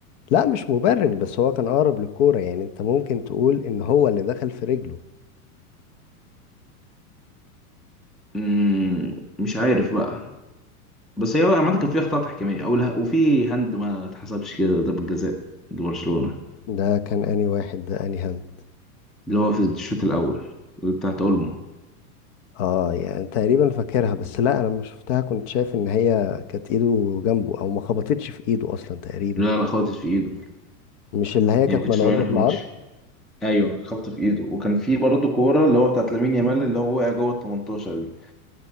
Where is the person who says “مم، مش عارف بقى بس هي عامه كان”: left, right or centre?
Centre